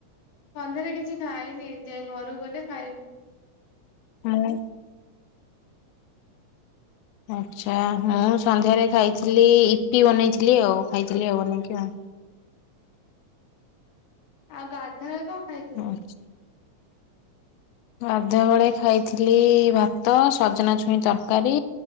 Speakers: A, on the left; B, on the left.
A: ସନ୍ଧ୍ୟାରେ କିଛି ଖାଇନି ଏ ଯାଏଁ ଘରୁକୁ ଗଲେ ଖାଇବି।
B: <inaudible> ଆଚ୍ଛା ମୁଁ ସନ୍ଧ୍ୟାରେ ଖାଇଥିଲି ଇପି ବନେଇଥିଲି ଆଉ ଖାଇଥିଲି ଆଉ ବନେଇକି ଆଉ।
A: ଆଉ ଗାଧୁଆ ବେଳେ କଣ ଖାଇ
B: <inaudible> ଗାଧୁଆ ବେଳେ ଖାଇଥିଲି ଭାତ ସଜନା ଛୁଇଁ ତରକାରୀ